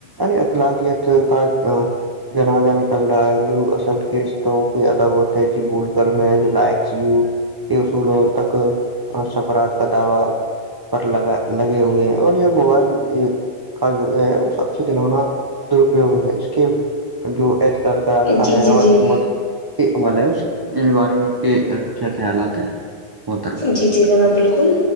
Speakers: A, on the right (about 30°); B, on the left (about 35°).
A: الاقیا تو ک <unintelligible> جنازہ نکل رہا ہے لوگ اصل کے رشتوں کو ایادا بہتے ہے ج بول کر میں لائس بھی <unintelligible> کے اصولوں تک سبرات کا دعوی <unintelligible> پر لگا لگے ہوئے ہیں اور یہ موبائل کا جو ہے وہ سب سے کنونا درپیوگ ہے اس کے جو اعتکال کا راستہ
B: جی
A: ہے
B: جی
A: اور
B: جی
A: حکومت یہ حال ہے اس بارے میں کے کیا خیالات ہیں ب طر <unintelligible>
B: جی جی جناب بالکل